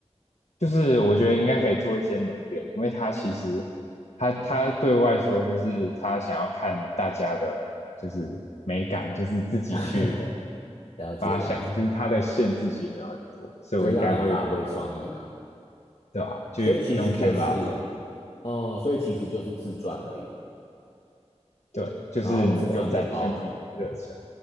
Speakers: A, on the left; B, on the left.
A: 就是我觉得应该可以做一些美编，因为他其实他他对外说就是他想要看大家的，就是美感，就是自己去
B: <laughs> 了解了解，
A: 发想，就是他的限制其实没有很多，所以我应该会
B: 就是让你发挥创意啦。
A: 对吧？
B: 所以其实就是，
A: 就用 Canva 做，
B: 哦、所以其实就是自传而已。
A: 对，就是你要展现自己的热忱，
B: 然后自传就包含